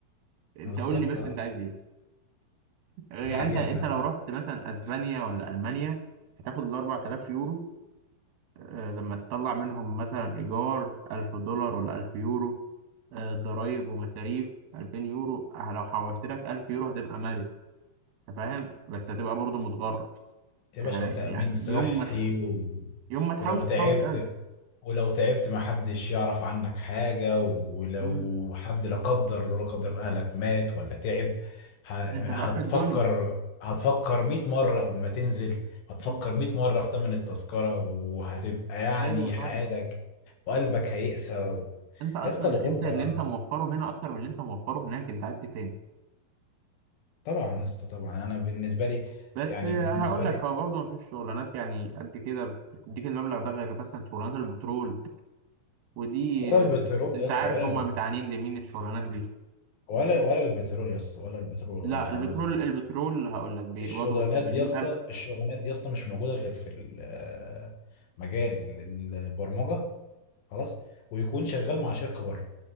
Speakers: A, on the right; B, on the left.
A: أنت
B: بالظبط
A: قول لي بس
B: اه
A: أنت عايز إيه؟ يعني
B: دي حقيقة
A: انت انت لو رحت مثلا اسبانيا ولا المانيا هتاخد ال 4000 يورو آه، لما تطلع منهم مثلا ايجار 1000 دولار ولا 1000 يورو آه، ضرايب ومصاريف 2000 يورو آه، لو حوشت لك 1000 يورو هتبقى مالك انت فاهم بس هتبقى برضو متغرب
B: يا
A: يعني
B: باشا وتأمين
A: يعني
B: صحي
A: يوم ما ت-
B: و...
A: يوم ما تحوش
B: ولو تعبت
A: تحوش 1000
B: ولو تعبت ما حدش يعرف عنك حاجة ولو
A: مم.
B: حد لا قدر لا قدر أهلك مات ولا تعب ه...
A: انت في
B: هتفكر
A: اخر الدنيا
B: هتفكر 100 مرة قبل ما تنزل هتفكر
A: مم.
B: 100 مرة في تمن التذكرة وهتبقى يعني
A: ايوه طبعا
B: حياتك وقلبك هيقسى و...
A: انت اصلا
B: يا اسطى الغربة
A: انت اللي انت موفره هنا اكتر من اللي انت موفره هناك انت عايز ايه تاني
B: طبعا يا اسطى طبعا أنا بالنسبة لي
A: بس
B: يعني
A: هقول
B: بالنسبة
A: لك
B: لي
A: هو برضه مفيش شغلانات يعني قد كده بتديك المبلغ ده غير مثلا شغلانات البترول ودي
B: ولا البترول
A: آه، انت
B: يا اسطى
A: عارف
B: ولا
A: هم متعانين لمين الشغلانات دي
B: ولا ولا البترول يا اسطى ولا البترول والله
A: لا
B: خالص
A: البترول
B: دلوقتي
A: البترول هقول لك بيقبضوا
B: الشغلانات
A: بال 80000
B: دي يا اسطى الشغلانات دي يا اسطى مش موجوده غير في ال- مجال البرمجه خلاص ويكون شغال مع شركه بره